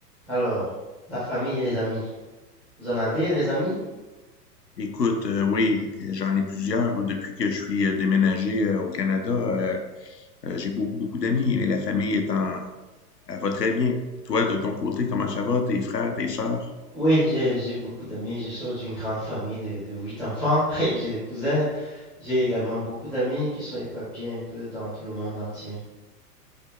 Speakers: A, in the centre; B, on the left.
A: Alors, la famille et les amis. Vous en avez des amis?
B: Écoute, euh, oui, j'en ai plusieurs là, depuis que je suis euh, déménagé euh, au Canada. euh, euh, j'ai beaucoup, beaucoup d'amis et la famille est en, elle va très bien. Toi, de ton côté, comment ça va? Tes frères, tes sœurs?
A: Oui, j'ai j'ai beaucoup d'amis. Je sors d'une grande famille de, de huit enfants <laughs> et j'ai des cousins. J'ai également beaucoup d'amis qui sont éparpillés un peu dans tout le monde entier.